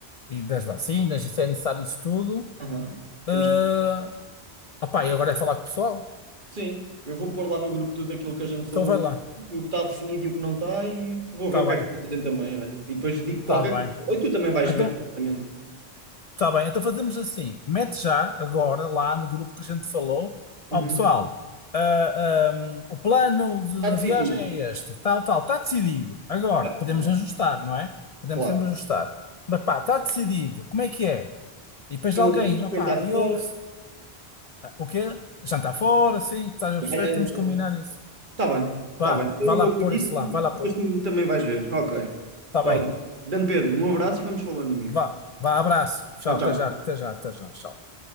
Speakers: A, on the left; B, on the right.
A: e das vacinas, e se é necessário isso tudo.
B: Aham.
A: Eh,
B: Temos que...
A: opá, e agora é falar com o pessoal?
B: Sim, eu vou pôr lá no grupo tudo aquilo que a gente
A: Então
B: falou
A: vai lá,
B: e o que está definido e o que não está e tu vou
A: está
B: ver o
A: bem,
B: que é que eles dizem também, olha. E depois digo
A: está
B: qualquer
A: bem.
B: coisa. Ou tu também vais
A: Então,
B: ver, claramente.
A: Está bem, então fazemos assim: mete já agora lá no grupo que a gente falou.
B: Uhum.
A: Ó pessoal, ah, ahm, o plano de-
B: Está decidido.
A: da viagem é este, tal, tal, está decidido. Agora,
B: Ah,
A: podemos
B: yeah, yeah.
A: ajustar, não é? Podemos
B: Claro.
A: sempre ajustar. Mas pá, está decidido, como é que é? E depois
B: Quem
A: alguém,
B: ali,
A: opá,
B: quem está fora.
A: eu. ah, O quê? Jantar fora, sim, estás a
B: Yeah,
A: perceber?
B: yeah,
A: Temos
B: yeah, yeah.
A: que combinar isso.
B: Está bem, está
A: Vá,
B: bem. Então
A: vá
B: Eu
A: lá
B: vou
A: pôr
B: por isso
A: isso lá,
B: e
A: vá lá
B: depois
A: pôr.
B: tu também vais ver. Ok.
A: Está
B: Olha,
A: bem,
B: grande Pedro, um abraço e vamos falando, amigo.
A: vá, vá, abraço. Tchau,
B: Tchau, tchau.
A: até já, até já, até já, tchau.